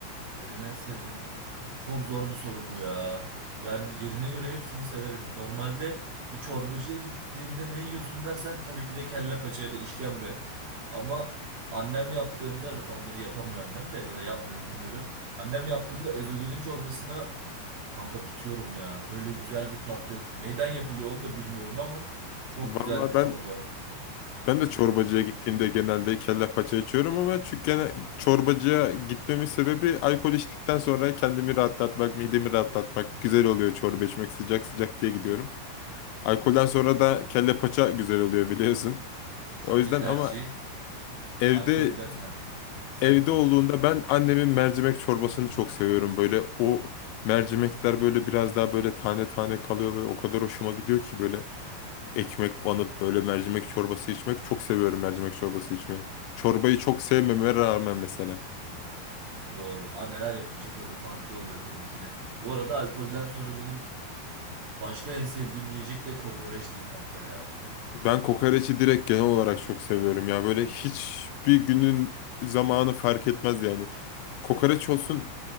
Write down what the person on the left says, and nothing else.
Vallahi
ben ben de çorbacıya gittiğimde genelde kelle paça içiyorum ama çünkü gene çorbacıya gitmemin sebebi alkol içtikten sonra kendimi rahatlatmak, midemi rahatlatmak güzel oluyor çorba içmek sıcak sıcak diye gidiyorum. Alkolden sonra da kelle paça güzel oluyor biliyorsun.
O yüzden
ama evde
evde
olduğunda ben annemin mercimek çorbasını çok seviyorum. Böyle o mercimekler böyle biraz daha böyle tane tane kalıyor ve o kadar hoşuma gidiyor ki böyle ekmek banıp böyle mercimek çorbası içmek çok seviyorum mercimek çorbası içmeyi. Çorbayı çok sevmeme rağmen mesela.
Ben kokoreçi direkt genel olarak çok seviyorum ya. Böyle hiçbir günün zamanı fark etmez yani. Kokoreç olsun